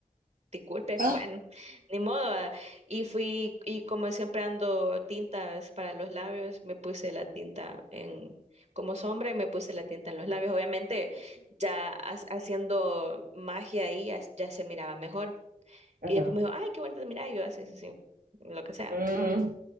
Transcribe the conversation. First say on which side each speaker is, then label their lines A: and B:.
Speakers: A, on the right; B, on the right.
A: disculpe,
B: Ah,
A: <laughs> bueno, ni modo. ah". Y fui, y como siempre ando tintas para los labios, me puse la tinta en, como sombra y me puse la tinta en los labios. Obviamente, ya ha- haciendo magia ahí, ya ya se miraba mejor.
B: ajá.
A: Y después me dijo, ay, qué bonito, mira, y yo así, sí, sí, lo que sea.
B: Mm.